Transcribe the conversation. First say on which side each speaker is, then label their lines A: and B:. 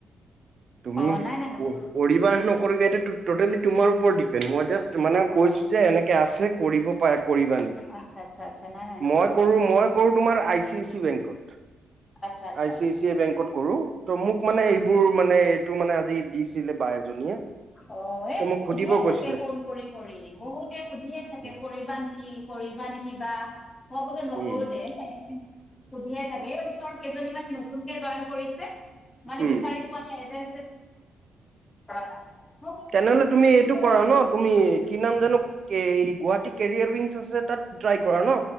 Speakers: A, on the right; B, on the left.
A: তুমি
B: অ নাই নাই নকৰো নকৰো
A: কৰিবা আৰু নকৰিবা এইটো টটেলি তোমাৰ ওৰত ডিপেন্ড। মই জাস্ট মানে
B: অ অ
A: কৈছো যে এনেকে আ কৰিব পাৰা কৰিবা।
B: আচ্ছা আচ্ছা আচ্ছা নাই নাই নকৰো
A: মই কৰো,
B: নকৰো
A: মই কৰো তোমাৰ আই চি আই চি বেংকত।
B: আচ্ছা, আচ্ছা,
A: আই
B: আচ্ছা।
A: চি আই চি আই বেংকত কৰো ত মোক
B: <unintelligible>
A: মানে এইবোৰ মানে এইটো মানে আজি দিছিলে বা এজনীয়ে
B: অ'
A: ত
B: এই মোক সুধিয়ে
A: সুধিব কৈছিলে
B: থাকে ফোন কৰি কৰি বহুতে। সুধিয়ে থাকে।
A: উম
B: কৰিবা নেকি, কৰিবা নেকি বা। মই বোলো নকৰো
A: উম
B: দে। সুধিয়ে থাকে। কেইজনীমান নতুনকে জইন হৈছে। কৰিছে। মানে
A: উম
B: বিচাৰি পোৱা নাই। <unintelligible>
A: তেনেহ'লে
B: নকৰো
A: তুমি
B: বুলি
A: এইটো
B: কৈ
A: কৰা
B: আছো
A: ন তুমি কি নাম জানো, গুৱাহাটী কেৰিয়াৰ বিনছ আছে তাত ট্ৰাই কৰা ন